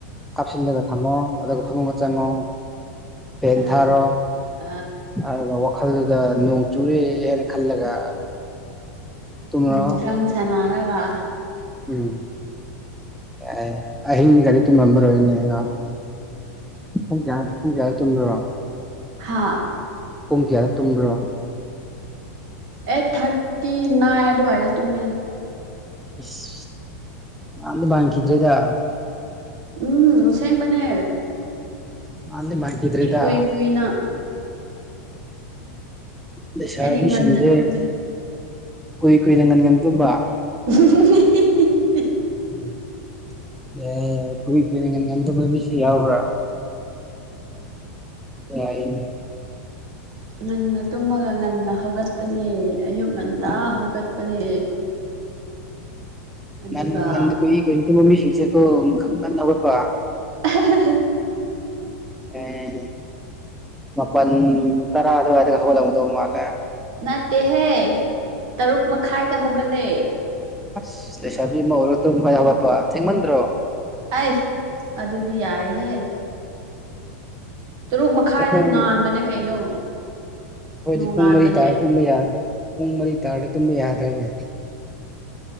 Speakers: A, in the centre; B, on the right.
A: ꯀꯥꯞꯁꯤꯜꯂꯒ ꯊꯝꯃꯣ ꯑꯗꯨꯒ ꯐꯃꯨꯡ ꯆꯉꯣ ꯐꯦꯟ
B: ꯑ
A: ꯊꯥꯔꯣ
B: ꯑ
A: ꯑꯗꯨꯒ ꯈꯜꯂꯒ ꯅꯣꯡ ꯆꯨꯔꯦ ꯍꯥꯏꯅ ꯈꯜꯂꯒ ꯇꯨꯝꯔꯣ
B: ꯎꯝ ꯗ꯭ꯔꯪ ꯁꯅꯔꯒ
A: ꯎꯝ ꯑꯦ ꯑꯍꯤꯡ ꯒꯥꯔꯤ ꯇ ꯉꯝꯃꯔꯣꯏꯅꯦ ꯑ ꯄꯨꯡ ꯀꯌꯥ ꯄꯨꯡ ꯀꯌꯥꯗ ꯇꯨꯝꯗ꯭ꯔꯣ
B: ꯍꯥꯥ
A: ꯄꯨꯡꯀꯤꯌꯥ ꯇꯨꯝꯕ꯭ꯔꯣ
B: ꯑꯩꯠ ꯊꯥꯔꯇꯤ ꯅꯥꯏꯟ ꯑꯗꯨꯋꯥꯏꯗ ꯇꯨꯝꯃꯤꯅ
A: ꯑꯁ ꯃꯗꯤ ꯃꯥꯡꯈꯤꯗ꯭ꯔꯦꯗ
B: ꯎꯝ ꯁꯦꯡꯕꯅꯦ
A: ꯅꯤ ꯃꯥꯏꯀꯗ꯭ꯔꯦꯗ
B: ꯀꯨꯏ ꯀꯨꯏꯅ
A: ꯂꯩꯁꯥꯕꯤꯁꯤꯡꯁꯦ
B: ꯑꯩꯗꯤ ꯉꯟꯅ ꯇꯨꯝꯕꯅꯤ
A: ꯀꯨꯏ ꯀꯨꯏꯅ ꯉꯟ ꯉꯝꯗꯣꯕ
B: ꯍ
A: ꯎꯝ ꯑꯦꯣꯏ ꯀꯅꯤꯡ ꯃꯤꯁꯤ ꯌꯥꯎꯕ꯭ꯔꯥ ꯌꯥꯔ
B: ꯉꯟꯅ ꯇꯨꯝꯃꯒ ꯉꯟꯅ ꯍꯧꯒꯠꯄꯅꯦ ꯑꯌꯨꯛ ꯉꯟꯇꯥ
A: ꯎꯝ
B: ꯍꯧꯒꯠꯄꯅꯦ ꯑꯗꯨꯒ
A: ꯉꯪ ꯉ ꯀꯣꯏ ꯀ ꯃꯃꯤ ꯁꯤꯤꯡꯁꯦꯀꯣ ꯉ ꯋꯥꯄ
B: <inaudible>
A: ꯑꯦ ꯃꯄꯥꯟ ꯇꯔꯥ ꯑꯗꯨꯋꯥꯢꯗꯒ ꯍꯧꯒꯠꯂꯝꯗꯧ ꯃꯥꯜꯂꯦ
B: ꯅꯠꯇꯦꯍꯦ ꯇꯔꯨꯛ ꯃꯈꯥꯏꯗ ꯍꯧꯒꯠꯂꯦ
A: ꯑꯁ ꯂꯩꯁꯥꯕꯤ ꯑꯃ ꯑꯣꯏꯔ ꯇꯔꯨꯛ ꯃꯈꯥꯢꯗ ꯍꯧꯒꯠꯄ ꯊꯦꯡꯃꯟꯗ꯭ꯔꯣ
B: ꯑꯩ ꯑꯗꯨꯗꯤ ꯌꯥꯏꯍꯦ ꯇꯔꯨꯛ ꯃꯈꯥꯏꯗ
A: ꯑꯩꯈꯣꯏ
B: ꯉꯥꯟꯕꯅꯦ ꯀꯩꯅꯣ
A: ꯈꯣꯏꯗꯤ
B: ꯅꯣꯡꯉꯥꯟꯕꯅꯦ
A: ꯄꯨꯡ ꯃꯔꯤ ꯇꯥꯔ ꯇꯨꯝꯕ ꯌꯥ ꯄꯨꯡ ꯃꯔꯤ ꯇꯥꯔꯗꯤ ꯇꯨꯝꯕ ꯌꯥꯗ꯭ꯔꯦꯅꯦ